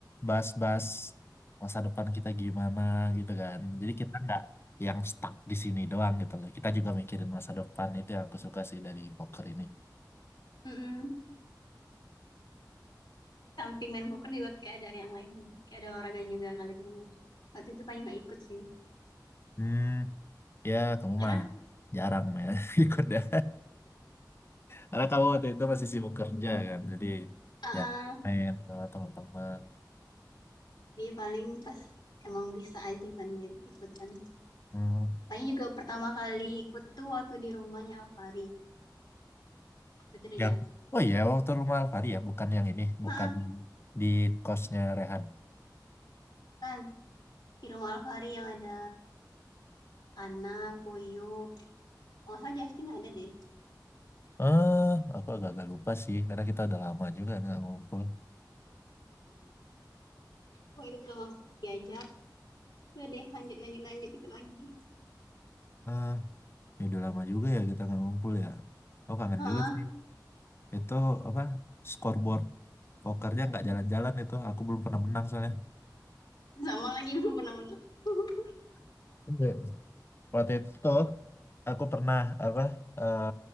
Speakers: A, on the left; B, on the left.
A: bahas-bahas masa depan kita gimana gitu kan jadi kita nggak yang stuck di sini doang gitu loh kita juga mikirin masa depan itu yang aku suka sih dari poker ini
B: Mm-mm. samping main poker juga kayak ada yang lain kayak ada olahraga juga kalian temennya waktu itu paling nggak ikut sih
A: hmm ya kamu
B: ya
A: mah
B: kan
A: jarang main <laughs> ikut ya karena kamu waktu itu masih sibuk kerja kan jadi
B: Heeh.
A: ya main sama teman-teman
B: dia paling pas emang bisa aja kan dia ikutan
A: hmm.
B: paling juga pertama kali ikut tuh waktu di rumahnya Alfari itu udah
A: yang
B: jas
A: oh iya waktu rumah Alfari ya bukan yang ini bukan
B: Heeh,
A: di kosnya Rehan
B: kan di rumah Alfari yang ada Ana, Puyu, oh salah Justin ada deh.
A: eh aku agak-agak lupa sih karena kita udah lama juga nggak ngumpul
B: Oh, itu pertama kali diajak. Udah deh, lanjut, lanjut, lanjut, ikut lagi.
A: Ah, ya udah lama juga ya kita nggak ngumpul ya. Aku kangen
B: Heeh,
A: juga sih. Itu apa? Scoreboard pokernya nggak jalan-jalan itu. Aku belum pernah menang soalnya.
B: sama lagi belum pernah menang. <laughs>
A: <laughs> Enggak. Waktu itu aku pernah apa? eh,